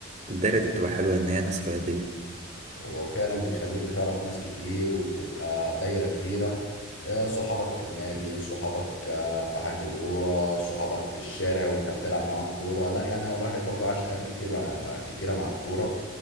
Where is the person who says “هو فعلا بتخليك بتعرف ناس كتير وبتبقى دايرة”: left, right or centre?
Left